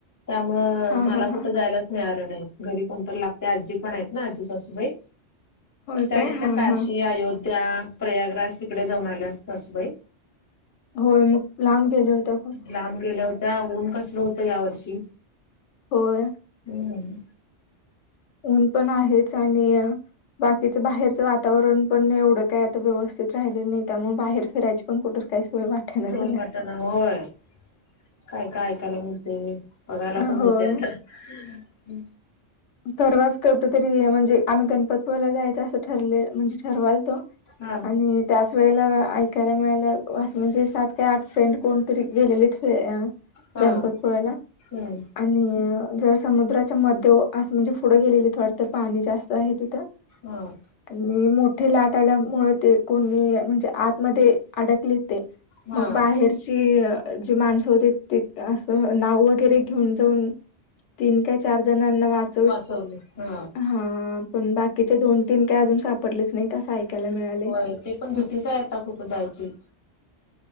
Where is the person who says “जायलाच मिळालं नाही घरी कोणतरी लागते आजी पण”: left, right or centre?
Left